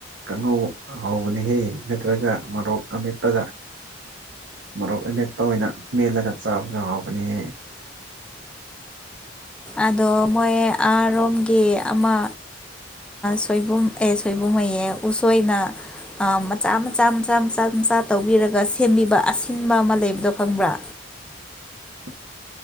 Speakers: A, on the right; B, in the centre.
A: ꯀꯥꯡꯉꯧ ꯍꯧꯕꯅꯤꯍꯦ ꯅꯠꯇ꯭ꯔꯒ ꯃꯣꯔꯣꯛ ꯑꯃꯦꯠꯄꯒ ꯃꯔꯣꯛ ꯑꯃꯦꯠꯄ ꯑꯣꯏꯅ ꯃꯦꯜꯂꯒ ꯆꯥꯕꯁꯨ ꯍꯥꯎꯕꯅꯦ <unintelligible>
B: ꯑꯗꯣ ꯃꯣꯏ ꯑꯔꯣꯝꯒꯤ ꯑꯃ ꯁꯣꯏꯕꯨꯝ ꯑꯦ ꯁꯣꯏꯕꯨꯝꯉꯩ ꯎꯁꯣꯏꯅ ꯃꯆꯥ ꯃꯆꯥ ꯃꯆꯥ ꯃꯆꯥ ꯃꯆꯥ ꯇꯧꯕꯤꯔꯒ ꯁꯦꯝꯕꯤꯕ ꯑꯁꯤꯟꯕ ꯑꯃ ꯂꯩꯕꯗꯣ ꯈꯪꯕ꯭ꯔꯥ
A: <unintelligible>